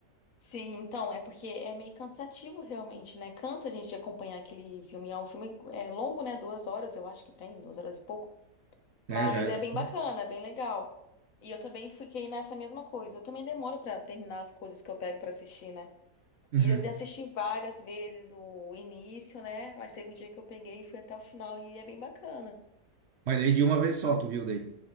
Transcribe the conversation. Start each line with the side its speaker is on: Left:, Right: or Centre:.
Left: Sim, então, é porque é meio cansativo realmente, né? Cansa a gente de acompanhar aquele filme. É um filme é, longo, né? Duas horas, eu acho que tem, duas horas e pouco. Mas
Right: é, já, é,
Left: é
Right: já.
Left: bem bacana, é bem legal. E eu também fiquei nessa mesma coisa. Eu também demoro pra terminar as coisas que eu pego pra assistir, né?
Right: Uhum.
Left: E eu assisti várias vezes o início, né? Mas teve um dia que eu peguei e fui até o final e é bem bacana.
Right: Mas daí de uma vez só, tu viu daí?